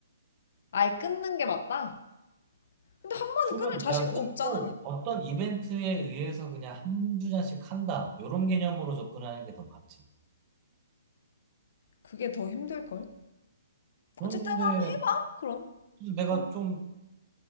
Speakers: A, on the left; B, on the right.
A: 아예 끊는 게 맞다? 근데 한 번에
B: 술은
A: 끊을 자신도
B: 내가 끊고
A: 없잖아.
B: 어떤 이벤트에 의해서 그냥 한두 잔씩 한다. 이런 개념으로 접근하는 게 더 맞지.
A: 그게 더 힘들걸?
B: 그런데
A: 어쨌든 한번 해봐, 그럼.
B: 내가
A: 음.
B: 좀